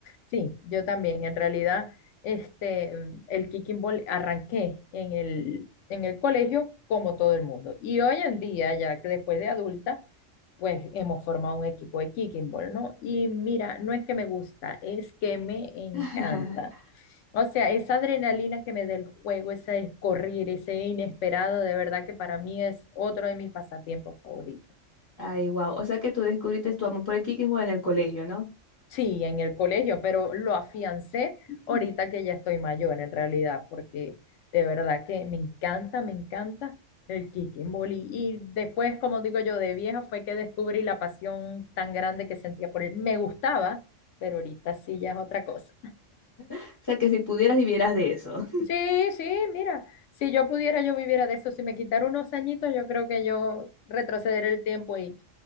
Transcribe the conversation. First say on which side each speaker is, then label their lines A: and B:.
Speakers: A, on the left; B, on the left.
A: Sí, yo también. En realidad, este, mm, el kicking ball arranqué en el, en el colegio como todo el mundo. Y hoy en día, ya que después de adulta, pues hemos formado un equipo de kicking ball, ¿no? Y mira, no es que me gusta, es que me encanta.
B: <laughs>
A: O sea, esa adrenalina que me da el juego, ese correr, ese inesperado, de verdad que para mí es otro de mis pasatiempos favoritos.
B: Ay, wow. O sea que tú descubriste tu amor por el kikismo en el colegio, ¿no?
A: Sí, en el colegio, pero lo afiancé
B: <laughs>
A: ahorita que ya estoy mayor en realidad, porque de verdad que me encanta, me encanta el kicking volley. Y después, como digo yo, de vieja fue que descubrí la pasión tan grande que sentía por él. Me gustaba, pero ahorita sí ya es otra cosa.
B: O sea que si pudieras vivieras de eso.
A: Sí, sí, mira, si yo pudiera, yo viviera de eso. Si me quitara unos añitos, yo creo que yo retrocederé el tiempo y,